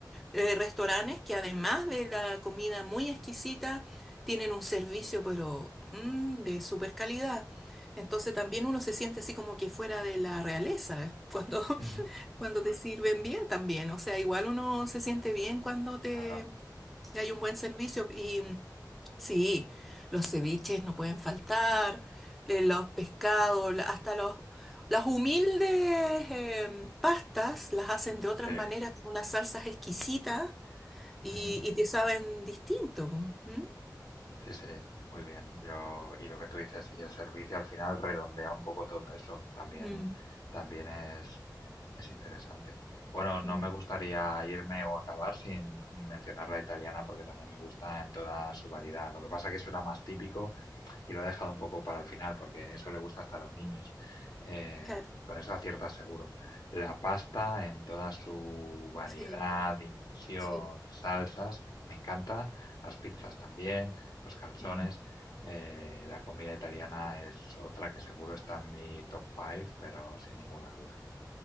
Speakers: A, in the centre; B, on the left.
A: eh, restaurantes que además de la comida muy exquisita, tienen un servicio pero mm, de super calidad. Entonces también uno se siente así como que fuera de la realeza eh, cuando, <laughs>
B: Ujú.
A: cuando te sirven bien también. O sea, igual uno se siente bien cuando te
B: Claro,
A: hay un buen servicio y Sí, los ceviches no pueden faltar, eh, los pescados, la- hasta los, las humildes eh, pastas las hacen de otras
B: sí.
A: maneras con unas salsas exquisitas y,
B: Ujú.
A: y te saben distinto. ¿m?
B: Sí, sí, muy bien. Yo, y lo que tú dices, y el servicio al final redondea un poco todo eso. También,
A: Mm,
B: también es, es interesante. Bueno, no
A: mm,
B: me gustaría irme o acabar sin mencionar la italiana porque también me gusta en toda su variedad. Lo que pasa que eso era más típico y lo he dejado un poco para el final porque eso le gusta hasta a los niños. Eh,
A: Claro,
B: con eso aciertas seguro. La pasta en toda su variedad,
A: sí.
B: dimensión,
A: sí.
B: salsas, me encanta. Las pizzas también los calzones.
A: Mm.
B: Eh, la comida italiana es otra que seguro está en mi top 5, pero sin ninguna duda.